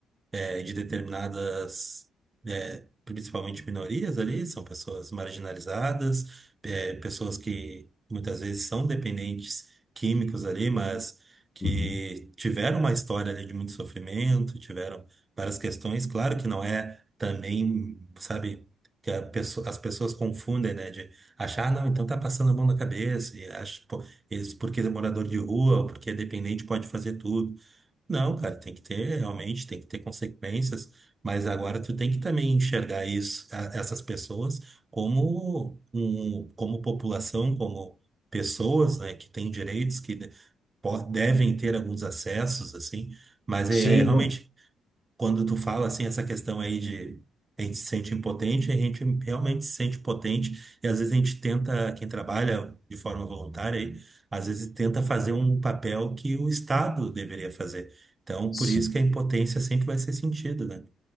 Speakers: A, on the right (about 30°); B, on the left (about 30°).
A: é, de determinadas, é, principalmente minorias ali, são pessoas marginalizadas, é, pessoas que muitas vezes são dependentes químicos ali, mas que
B: Uhum.
A: tiveram uma história ali de muito sofrimento, tiveram várias questões. Claro que não é também, sabe, que a pesso- as pessoas confundem, né, de achar, "Ah, não, então tá passando a mão na cabeça, e acho, pô, eles, porque é morador de rua, ou porque é dependente, pode fazer tudo. Não, cara, tem que ter, realmente, tem que ter consequências, mas agora tu tem que também enxergar isso, a- essas pessoas como um, como população, como pessoas, né, que têm direitos, que po- devem ter alguns acessos, assim, mas
B: Sim,
A: é, é realmente
B: eu-
A: quando tu fala assim essa questão aí de a gente se sente impotente, a gente realmente se sente potente e às vezes a gente tenta, quem trabalha de forma voluntária, aí, às vezes tenta fazer um papel que o Estado deveria fazer. Então,
B: sim.
A: por isso que a impotência sempre vai ser sentida, né?